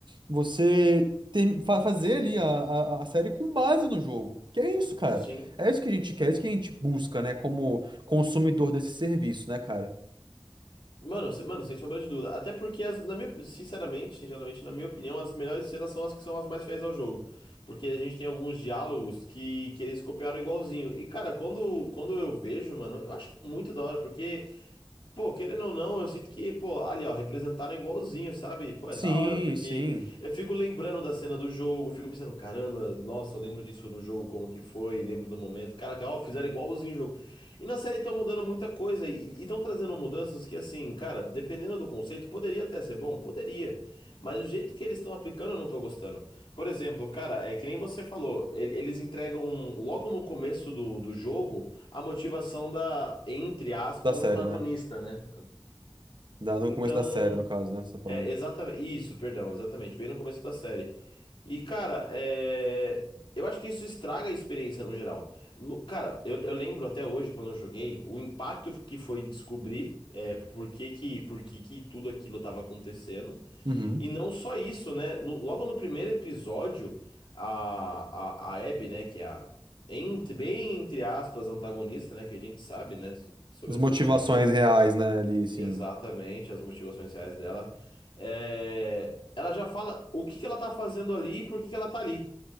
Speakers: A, on the right; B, on the left.
A: você ter- fa- fazer ali a, a, a série com base no jogo. Que é isso, cara.
B: Sim.
A: É isso que a gente quer, é isso que a gente busca, né? Como consumidor desse serviço, né, cara?
B: Mano, se- mano, sem sombra de dúvida. Até porque, as- na minha, sinceramente, geralmente na minha opinião, as melhores cenas são as que são as mais fiéis ao jogo. Porque a gente tem alguns diálogos que, que eles copiaram igualzinho. E, cara, quando, quando eu vejo, mano, eu acho muito da hora, porque. Pô, querendo ou não, eu sinto que, pô, ali, ó, representaram igualzinho, sabe? Pô, é
A: Sim,
B: da hora, porque
A: sim.
B: eu fico lembrando da cena do jogo, fico pensando, caramba, nossa, eu lembro disso no jogo, como que foi, lembro do momento. Caraca, ó, fizeram igualzinho o jogo. E na série estão mudando muita coisa, e estão trazendo mudanças que, assim, cara, dependendo do conceito, poderia até ser bom, poderia. Mas o jeito que eles estão aplicando, eu não tô gostando. Por exemplo, cara, é que nem você falou, ele- eles entregam logo no começo do, do jogo a motivação da, entre aspas,
A: Da série,
B: antagonista,
A: né?
B: né?
A: Da, no
B: Então,
A: começo da série, no caso, né? Você tá falando.
B: é exatamente isso, perdão, exatamente, bem no começo da série. E, cara, é, eu acho que isso estraga a experiência no geral. No- cara, eu, eu lembro até hoje, quando eu joguei, o impacto que foi descobrir é, por que que, por que que tudo aquilo estava acontecendo.
A: Uhum.
B: E não só isso, né? No- logo no primeiro episódio, a, a, a Abby, né, que é a, entre- bem entre aspas, antagonista, né, que a gente sabe, né, so- sobre
A: As
B: as
A: motivações
B: coisas do jogo,
A: reais, né, ali, sim.
B: exatamente, as motivações reais dela, é, ela já fala o que que ela tá fazendo ali e por que que ela tá ali.